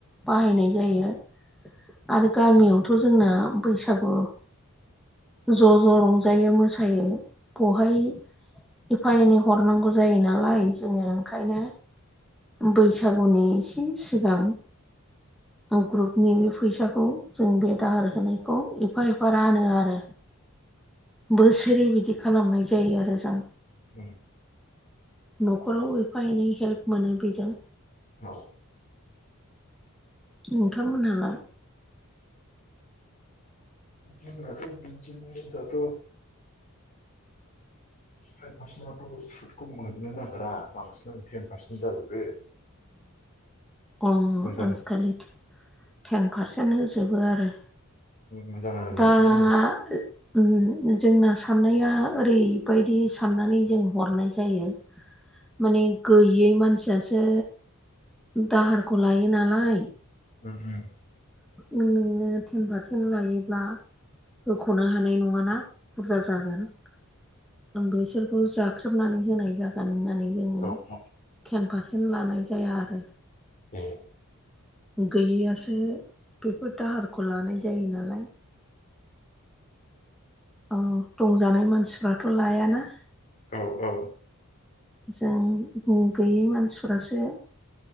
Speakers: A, in the centre; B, on the left (about 40°).
A: बाहायनाय जायो आरो गामियावथ' जोंना बैसागु ज' ज' रंजायो मोसायो बेहाय एफा एनै हरनांगौ जायो नालाय जोङो ओंखायनो बैसागुनि सिगां ग्रुपनि बे फैसाखौ जों बे दाहार होनायखौ एफा एफा रानो आरो बोसोरै बिदि खालामनाय जायो आरो जों
B: औ
A: न'खराव एफा एनै हेल्प मोनो बेजों
B: औ
A: नोंथांमोनहालाय
B: जोंनाथ' बिदिनो दाथ' फाइभ पारसेन्टआवथ' सुटखौ मोननो नागिरा बांसिनानो टेन पारसेन्ट जाजोबो
A: ओम
B: मोजां
A: अ आजिखालि टेन पारसेन्ट होजोबो आरो
B: मोजां आरो
A: दा
B: नोंथांमोननि
A: जोंना ओम जोंना साननाया ओरैबायदि साननानै जों हरनाय जायो माने गैयै मानसियासो दाहारखौ लायो नालाय
B: ओम ओम
A: नोङो टेन पारसेन्ट लायोब्ला होख'नो हानाय नङाना बुरजा जागोन बेसोरखौ जाख्रेबनानै होनाय जागोन होननानै जोङो
B: औ
A: टेन पारसेन्ट लानाय जाया आरो
B: ए
A: गैयैयासो बेफोर दाहारखौ लानाय जायो नालाय औ दंजानाय मानसिफ्राथ' लायाना
B: औ औ
A: जों गैयै मानसिफ्रासो